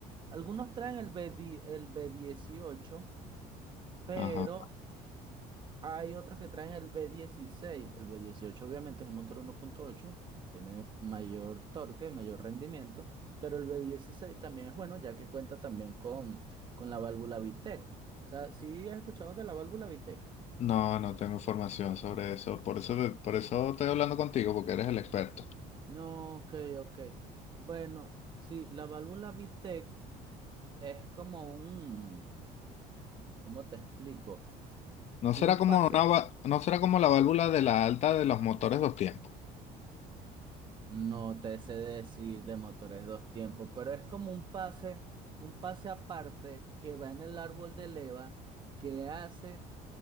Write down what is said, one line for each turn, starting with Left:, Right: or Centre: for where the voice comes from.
Right: Algunos traen el B, di- el b dieciocho pero
Left: Ajá.
Right: hay otros que traen el v dieciséis El v dieciocho obviamente es un motor uno punto ocho tiene mayor torque, mayor rendimiento, pero el v dieciséis también es bueno ya que cuenta también con, con la válvula VTEC. O sea, ¿sí has escuchado de la válvula VTEC?
Left: No, no tengo información sobre eso. Por eso, te- por eso estoy hablando contigo, porque eres el experto.
Right: No, ok, ok. Bueno, sí, la válvula VTEC es como un, ¿cómo te explico?
Left: No será
Right: Un
Left: como
Right: pase.
Left: una, va- no será como la válvula de la alta de los motores dos tiempos.
Right: No te sé decir de motores dos tiempos, pero es como un pase, un pase aparte que va en el árbol de leva que hace,